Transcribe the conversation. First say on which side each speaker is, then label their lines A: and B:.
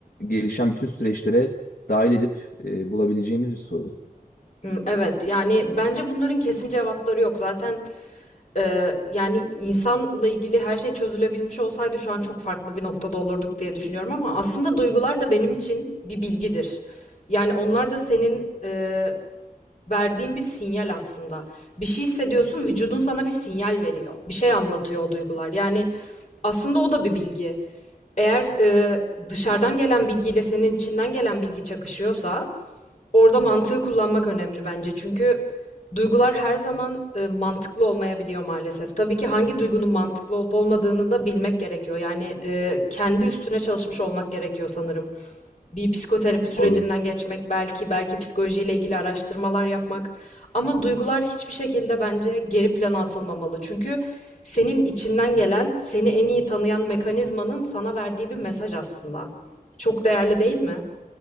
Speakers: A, on the left (about 65°); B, on the left (about 45°).
A: gelişen bütün süreçlere dahil edip e, bulabileceğimiz bir soru.
B: Hmm, Evet yani bence bunların kesin cevapları yok. Zaten Ee, yani insanla ilgili her şey çözülebilmiş olsaydı şu an çok farklı bir noktada olurduk diye düşünüyorum ama aslında duygular da benim için bir bilgidir. Yani onlar da senin e, verdiğin bir sinyal aslında. Bir şey hissediyorsun, vücudun sana bir sinyal veriyor. Bir şey anlatıyor o duygular. Yani aslında o da bir bilgi. Eğer e, dışarıdan gelen bilgiyle senin içinden gelen bilgi çakışıyorsa Orada mantığı kullanmak önemli bence. Çünkü duygular her zaman e, mantıklı olmayabiliyor maalesef. Tabii ki hangi duygunun mantıklı olup olmadığını da bilmek gerekiyor. Yani e, kendi üstüne çalışmış olmak gerekiyor sanırım. Bir psikoterapi sürecinden
A: doğru.
B: geçmek belki, belki psikolojiyle ilgili araştırmalar yapmak. Ama duygular hiçbir şekilde bence geri plana atılmamalı. Çünkü senin içinden gelen, seni en iyi tanıyan mekanizmanın sana verdiği bir mesaj aslında. Çok değerli değil mi?